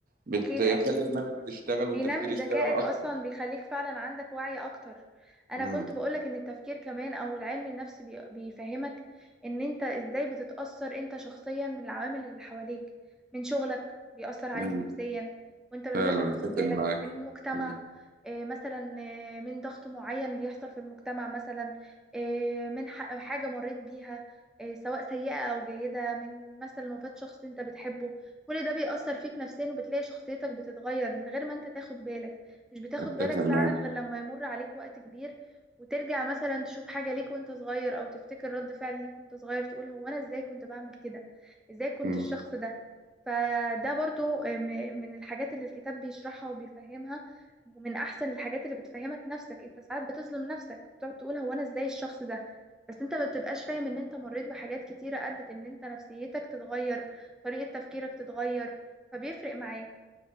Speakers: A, on the right; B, in the centre.
A: بتخلي
B: أكيد أكيد
A: دماغك تشتغل
B: بينمي
A: والتفكير يشتغل
B: ذكائك
A: اكتر
B: اصلا بيخليك فعلا عندك وعي اكتر انا
A: مم.
B: كنت بقولك ان التفكير كمان او العلم النفسي بي- بيفهمك ان انت ازاي بتتأثر انت شخصيا من العوامل اللي حواليك من شغلك بيأثر عليك
A: مم.
B: نفسيا وانت من
A: فعلا
B: غير ما تاخد
A: اتفق
B: بالك
A: معاك
B: من المجتمع
A: مم.
B: آه، مثلا آه، من ضغط معين بيحصل في المجتمع مثلا آه، من ح- حاجة مريت بيها آه، سواء سيئة او جيدة من مثلا وفاة شخص انت بتحبه كل ده بيأثر فيك نفسيا وبتلاقي شخصيتك بتتغير من غير ما انت تاخد بالك مش بتاخد
A: اتفق
B: بالك
A: معاك
B: فعلا غير لما يمر عليك وقت كبير وترجع مثلا تشوف حاجة ليك وانت صغير او تفتكر رد فعل ليك وانت صغير تقول هو انا ازاي كنت بعمل كده ازاي كنت
A: مم.
B: الشخص ده فده برضو م- من الحاجات اللي الكتاب بيشرحها وبيفهمها ومن احسن الحاجات اللي بتفهمك نفسك انت ساعات بتظلم نفسك بتقعد تقول هو انا ازاي الشخص ده بس انت ما بتبقاش فاهم ان انت مريت بحاجات كتيرة ادت ان انت نفسيتك تتغير طريقة تفكيرك تتغير فبيفرق معاك